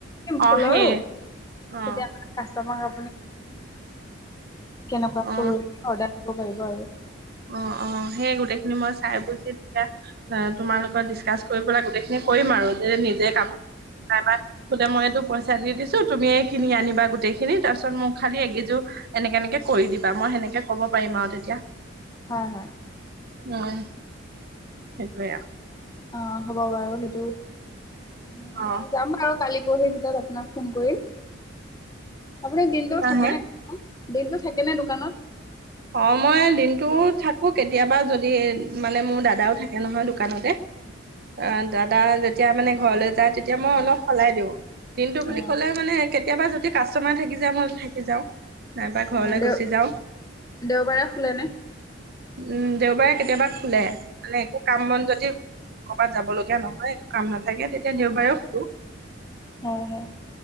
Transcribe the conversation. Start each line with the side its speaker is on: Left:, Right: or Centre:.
Right: অ
Left: পাৰিব,
Right: সেই অ
Left: তেতিয়া কেনেকুৱা
Right: অ
Left: কৈ অৰ্ডাৰ <unintelligible>
Right: অ অ, সেই গোটেইখিনি মই চাই বুজি তিয়া তোমাৰ লগত ডিচকাচ কৰি পেলাই গোটেইখিনি কৰিম আৰু যে নিজে কাপো <unintelligible> গোটেই মই এইটো পইচা দি দিছো, তুমি কিনি আনিবা গোটেই খিনি, তাৰ পিছত মোক খালি একিযোৰ এনেকে এনেকে কৰি দিবা, মই সেনেকে ক'ব পাৰিম আৰু তেতিয়া।
Left: হু হু।
Right: উম সেইটোয়ে আৰু।
Left: অ হ'ব বাৰু। সেইটো মানে
Right: অ
Left: মই যাম আৰু কালি <unintelligible> ভিতৰত আপোনাক ফোন কৰিম। <unintelligible> দিনটোও
Right: আহে
Left: থাকে নে <unintelligible> <unintelligible> দোকানত?
Right: অ মই দিনটোত থাকো কেতিয়াবা, যদি মানে মোৰ দাদাও থাকে নহয় দোকানতে। অ দাদা যেতিয়া মানে ঘৰলৈ যায়, তেতিয়া মই অলপ সলাই দিওঁ। দিনটো বুলি
Left: অ
Right: ক'লে মানে কেতিয়াবা কাষ্টমাৰ থাকি যায় মই থাকি যাওঁ, নাইবা ঘৰলৈ
Left: অ দেও
Right: গুচি যাওঁ
Left: দেওবাৰে খোলেনেে?
Right: উম দেওবাৰে কেতিয়াবা খোলে মানে একো কাম বন যদি কৰ'ৰবাত যাব লগগীয়া নহয় একো কাম নাথাকে তেতিয়া দেওবাৰেও খোুলো।
Left: হয় হয়।